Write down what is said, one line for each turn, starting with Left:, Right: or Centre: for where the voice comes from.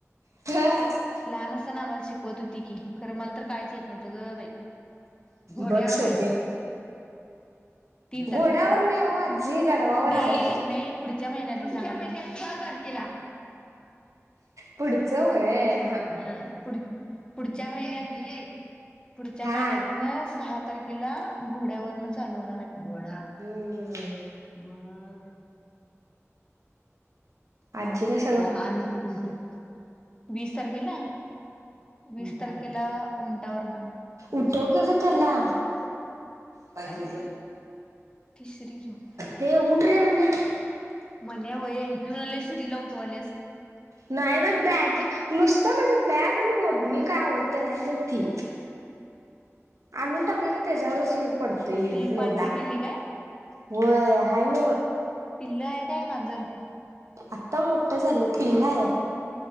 Right: ह
Left: लहान असताना आम्हाला शिकवत होती की खरं मला तर काहीच य नव्हंत ग बाई घोड्यावर
Right: बघ सध्या
Left: आहेच तीन
Right: घोड्यावर
Left: तारखेसने
Right: नाही हो आजी गाढवावर
Left: नइ
Right: आहे
Left: नइ पुढच्या महिन्यात सा तारखेला
Right: पुढचं वय
Left: ह पुढ पुढच्या महिन्यात पुढच्या
Right: हा
Left: महिन्यातन सहा तारखेला घोड्यावरन चालू होणार आहे म्हण घोडा
Right: हम्म
Left: मग
Right: आजीला सग
Left: वाहन उट वीस तारखेला वीस तारखेला उंटावर ना
Right: उठाव की ग त्याला पाहिे
Left: काय म्हणे? ती श्री झोप
Right: ते उठरे म्हन्या
Left: म्हण्या होय मी म्हणालोय श्रीला उठवालेस
Right: नाही ए बॅग नुसतं माझी बॅग आणि ओढणी काय आवडते काय नाही ती आणून टाकलं की त्याच्यावरच पडतं येऊन
Left: ती
Right: लोडा
Left: पांढरी पिल्ली काय
Right: होय हान
Left: पिल्लं आहे काय मांजर
Right: आता मोठं झालंय पिल्ल हाय